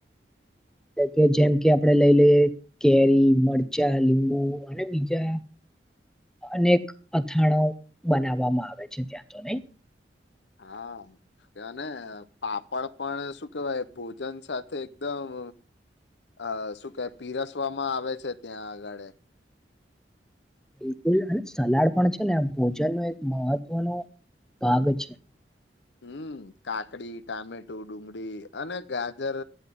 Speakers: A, in the centre; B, on the left (about 75°).
A: એટલે કે જેમ કે આપડે લઈ લઈએ કેરી, મરચાં, લીંબુ અને બીજા
B: <inaudible>
A: અનેક અથાણા બનાવામાં આવે છે. ત્યાં તો નઈ.
B: હા, અ અને પાપડ પણ શું કેવાય ભોજન સાથે એકદમ અ શું કે પીરસવામાં આવે છે ત્યાં આગળ એમ.
A: બિલકુલ અને સલાડ પણ છેને અ ભોજનનો એક મહત્વનો ભાગ છે.
B: હમ. કાકડી, ટામેટો, ડુંગળી, અને ગાજર